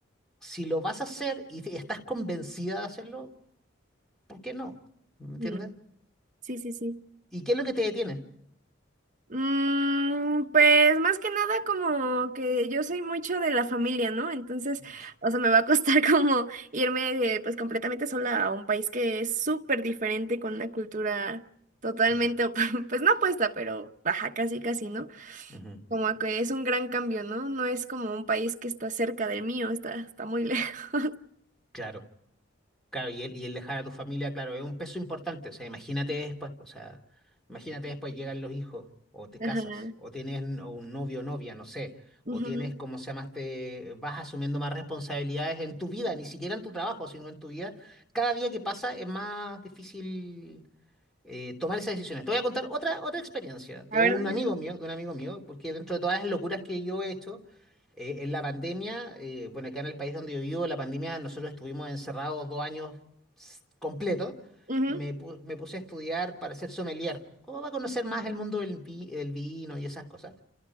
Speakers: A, in the centre; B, on the right.
A: si lo vas a hacer y te- estás convencida de hacerlo, ¿por qué no? ¿Me entiendes?
B: Mm, sí, sí. sí.
A: ¿Y qué es lo que te detiene?
B: Mm, pues más que nada como que yo soy mucho de la familia, ¿no? Entonces,
A: Mm.
B: o sea, me va a costar <laughs> como irme de, pues completamente sola a un país que es súper diferente con una cultura totalmente,
A: Mm.
B: op- <laughs> pues no opuesta, pero baja casi, casi, ¿no?
A: Ujú.
B: Como que es un gran cambio, ¿no? No es como un país que está cerca del mío, está, está muy lejos. <laughs>
A: Claro, claro, y el, y el dejar a tu familia, claro, es un peso importante. O sea, imagínate después, o sea, imagínate después llegan los hijos, o te
B: Ajá.
A: casas, o tienes n- un novio o novia, no sé,
B: Ujú.
A: o tienes, como se llama, este, vas asumiendo más responsabilidades en tu vida, ni siquiera en tu trabajo, sino en tu vida. Cada día que pasa es más difícil eh, tomar esas decisiones. Te voy a contar otra, otra experiencia de
B: A
A: un
B: ver, dale.
A: amigo mío, de un amigo mío, porque dentro de todas las locuras que yo he hecho, eh, en la pandemia, eh, bueno, acá en el país donde yo vivo, la pandemia, nosotros estuvimos encerrados dos años s- completos.
B: Ujú,
A: Me, pu- me puse a estudiar para ser sommelier. ¿Cómo va a conocer más el mundo del, vi- del vino y esas cosas?